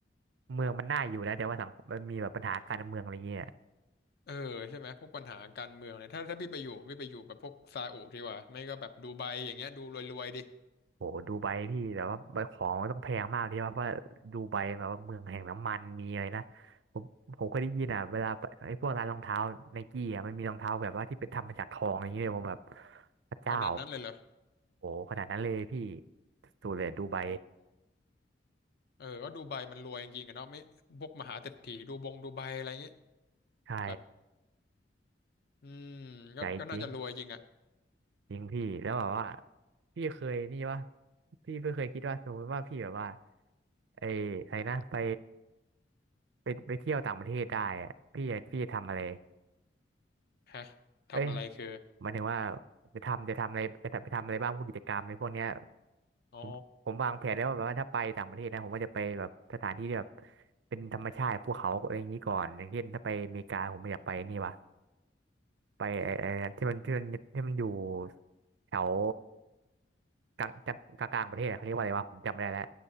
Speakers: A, on the right; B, on the left.
A: เมืองมันน่าอยู่นะแต่ว่าสังคมมันมีแบบปัญหาการเมืองอะไรเงี้ย
B: เออใช่ไหมพวกปัญหาการเมืองเนี่ยถ้าถ้าพี่ไปอยู่พี่ไปอยู่แบบพวกซาอุดีกว่าไม่ก็แบบดูไบอย่างเงี้ยดูรวยๆดิ
A: โหดูไบพี่แต่ว่าปของมันต้องแพงมากที่ว่าเพราะว่าดูไบแบบว่าเมืองแห่งน้ำมันมีอะไรนะผมผมเคยได้ยินอ่ะเวลาไปไอ้พวกร้านรองเท้าไนกี้อ่ะมันมีรองเท้าแบบว่าที่เป็นทำมาจากทองอย่างเงี้ยผมแบบพระเจ้า
B: ขนาดนั้นเลยเหรอ
A: โหขนาดนั้นเลยพี่สุดเลยดูไบ
B: โอ้เออก็ดูไบมันรวยจริงๆอะเนาะไม่พวกมหาเศรษฐีดูบงดูไบอะไรเงี้ย
A: ใช่
B: แบบอืมก็ก็น่าจะรวยจริงอะ
A: ใจจริงจริงพี่แล้วแบบว่าพี่เคยนี่ว่าพี่ไม่เคยคิดว่าสมมติว่าพี่แบบว่าไอ้อะไรนะไปไปไปเที่ยวต่างประเทศได้อะพี่จะพี่จะทำอะไร
B: ฮะทำอะไรคือ
A: เอ้ยหมายถึงว่าจะทำจะทำอะไรจะไปทำอะไรบ้างพวกกิจกรรมในพวกเนี้ย
B: อ๋อ
A: ผมผมวางแผนแล้วว่าแบบว่าถ้าไปต่างประเทศนะผมก็จะไปแบบสถานที่ที่แบบเป็นธรรมชาติภูเขาอะไรอย่างนี้ก่อนอย่างเช่นถ้าไปอเมริกาผมอยากไปนี่ว่ะไปไอ้ไอ้ที่มันที่มันที่มันอยู่แถวกลางจังกลางๆประเทศอะเขาเรียกว่าอะไรวะผมจำไม่ได้แล้ว